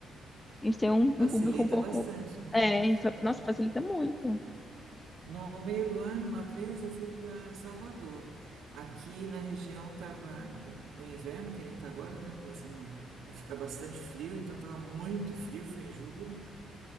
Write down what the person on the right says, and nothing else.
Facilita
bastante, né?
Um-
No meio do ano, uma vez eu fui para Salvador. Aqui na região estava o inverno, que nem está agora, né? Começando a ficar bastante frio, então estava muito frio, foi em julho.